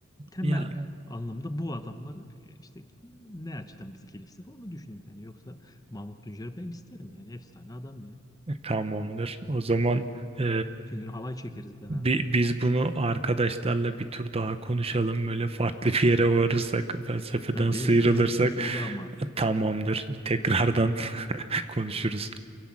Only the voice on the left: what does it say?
temel
anlamda bu adamlar e, işte ne açıdan bizi geliştirir onu düşündüm yani yoksa Mahmut Tuncer'i ben isterim yani efsane adam ya.
Bütün gün halay çekeriz beraber.
Tamam,
benim fikirlerimi de söyle ama.